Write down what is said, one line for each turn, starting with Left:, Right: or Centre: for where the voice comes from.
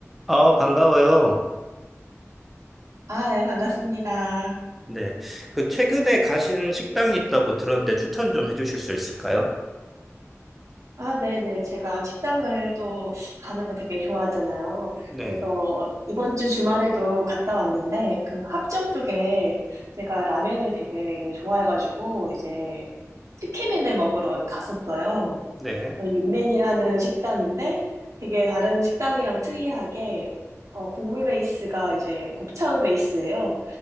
Centre: 아, 반가워요.
Right: 아, 네, 반갑습니다.
Centre: 네. 그 최근에 가신 식당이 있다고 들었는데 추천 좀 해주실 수 있을까요?
Right: 아, 네네. 제가 식당을 또 가는 거 되게 좋아하잖아요.
Centre: 네.
Right: 그래서 이번 주 주말에도 갔다 왔는데, 그 합정 쪽에 제가 라면을 되게 좋아해가지고, 이제 치킨맨을 먹으러 갔었어요.
Centre: 네.
Right: 어, 윤맨이라는 식당인데 되게 다른 식당이랑 특이하게 어, 국물 베이스가 이제 곱창 베이스예요.